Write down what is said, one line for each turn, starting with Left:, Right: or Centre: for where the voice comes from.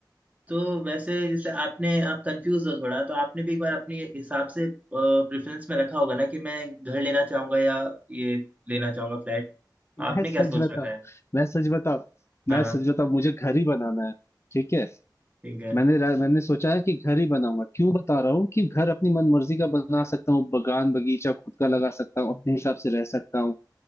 Right: तो वैसे जैसे आपने आप कंफ्यूज हो थोड़ा तो आपने भी एक बार अपने हिसाब से प्रेफरेंस में रखा होगा ना कि मैं घर लेना चाहूंगा या ये लेना चाहूंगा फ्लैट
Left: <laughs>
Right: आपने
Left: मैं सच
Right: क्या सोच
Left: बताओ
Right: रखा है
Left: मैं सच बताओ
Right: हाँ
Left: मैं
Right: हाँ,
Left: सच बताओ मुझे घर ही बनाना है ठीक है
Right: ठीक है
Left: मैंने रा- मैंने सोचा है कि घर ही बनाऊंगा क्यों बता रहा हूँ कि घर अपनी मन मर्जी का बना सकता हूँ बगान बगीचा खुद का लगा सकता हूँ अपने हिसाब से रह सकता हूँ